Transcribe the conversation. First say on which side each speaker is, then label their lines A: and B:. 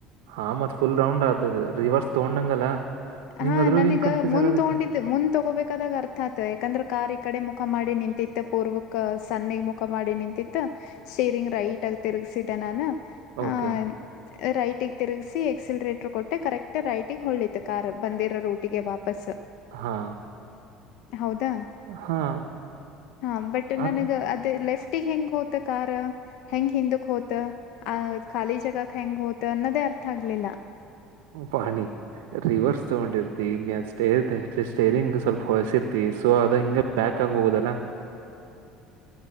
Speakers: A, on the right; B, on the left.
A: ಹಾ ಮತ್ ಫುಲ್ ರೌಂಡ್ ಆದದ ರಿವರ್ಸ್ ತಗೊಂಡಂಗಲ್ಲ ನಿಂಗ್
B: ಹಾ
A: ಅದ್ರಗಿನ್
B: ನನಗ
A: ಕನ್ಫ್ಯೂಸ್
B: ಮುಂದ್
A: ಆಗತೈತೆ
B: ತಗೊಂಡಿದ್ದ್ ಮುಂದ್ ತಗೋಬೇಕಾದಾಗ ಅರ್ಥ ಆಯತ ಯಾಕಂದ್ರೆ ಕಾರ್ ಈ ಕಡೆ ಮುಕ್ ಮುಖ ಮಾಡಿ ನಿಂತಿತ್ತ ಪೂರ್ವಕ ಸನ್ನಗ್ ಮುಖ ಮಾಡಿ ನಿಂತಿತ್ತು ಸ್ಟೀರಿಂಗ್ ರೈಟ್ ಆಗ ತಿರುಗಸಿದ್ದೆ ನಾನು
A: ಓಕೆ
B: ಆ ರೈಟಿಗೆ ತಿರುಗಸಿ ಎಕ್ಸಿಲರೇಟರ್ ಕೊಟ್ಟೆ ಕರೆಕ್ಟ್ ರೈಟಿಗೆ ಹೊಳ್ಳಿತು ಕಾರ್ ಬಂದಿರೋ ರೋಟಿಗೆ ವಾಪಸ್
A: ಹಾ
B: ಹೌದಾ
A: ಹಾ
B: ಹ ಬಟ್
A: ಅದ್
B: ನನಗೆ ಅದೇ ಲೆಫ್ಟ್ ಹೆಂಗ್ ಹೋತ ಕಾರ್ ಹೆಂಗ್ ಹಿಂದಕ್ ಹೋತ್ ಅ ಖಾಲಿ ಜಗಕ್ ಹೆಂಗ್ ಹೋತ್ ಅನ್ನದೇ ತ್ ಆಗ್ಲಿಲ್ಲ
A: ಪಾಣಿ ರಿವರ್ಸ್ ತಗೊಂಡಿರ್ತಿ ಇನ್ಯನ್ ಸ್ಟೇರ್ ಸ್ಟೇರಿಂಗ್ ಸ್ವಲ್ಪ ಹೊಳ್ಸಿರ್ತಿ ಸೊ ಅದ ಹಿಂಗ ಬ್ಯಾಕ್ ಹೋಗುದಲ್ಲ